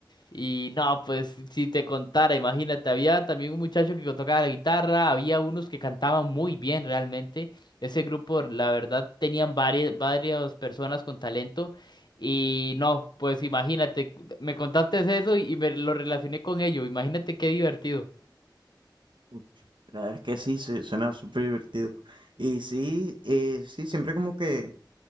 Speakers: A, on the left; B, on the right.
A: Y no, pues si te contara, imagínate, había también un muchacho que tocaba la guitarra, había unos que cantaban muy bien realmente. Ese grupo, la verdad, tenían varias, varias personas con talento. Y no, pues imagínate, me contaste eso y y me lo relacioné con ello. Imagínate qué divertido.
B: uf. La verdad es que sí, se- suena súper divertido. Y sí, eh, sí, siempre como que